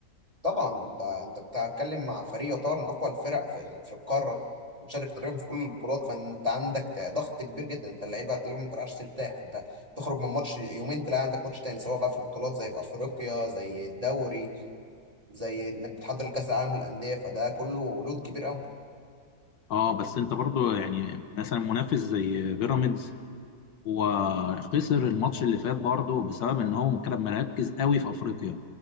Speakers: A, on the right (about 20°); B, on the left (about 80°).
A: طبعا انت انت بتتكلم مع فريق يعتبر من اقوى الفرق في ال- في القاره بتشارك تقريبا في كل البطولات فانت عندك ت- ضغط كبير جدا انت اللعيبه تلاقيهم ما بتعرفش ترتاح انت تخرج من ماتش يومين تلاقي عندك ماتش تاني سواء بقى في البطولات زي في افريقيا زي الدوري زي انك بتحضر لكاس العالم للانديه فده كله لود كبير قوي
B: اه بس انت برضه يعني مثلا منافس زي بيراميدز هو خسر الماتش اللي فات برضه بسبب ان هو كان مركز قوي في افريقيا